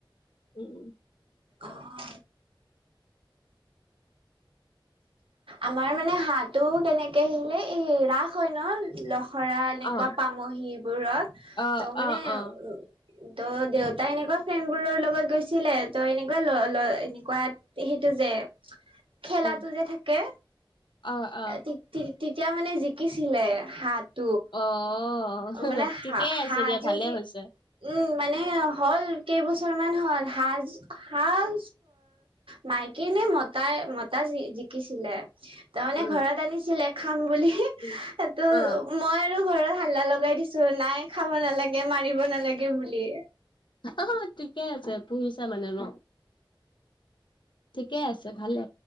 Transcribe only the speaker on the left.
উম,
অ',
অ',
অ', অ',
উম,
অ', অ'।
অ',
ঠিকে
আছে দিয়া ভালে হৈছে,
উম,
উম।
অ',
অ ঠিকে আছে পুহিছা মানে ন। ঠিকে আছে ভালে।